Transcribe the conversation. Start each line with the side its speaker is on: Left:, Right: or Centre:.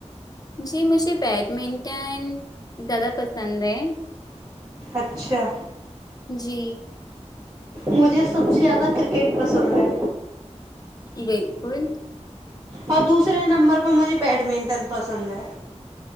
Left: جی مجھے بیڈمنٹن زیادہ پسند ہے
Right: اچھا
Left: جی
Right: مجھے سب سے زیادہ کرکٹ پسند ہے
Left: بلکل
Right: اور دوسرے نمبر پہ مجھے بیڈمنٹن پسند ہے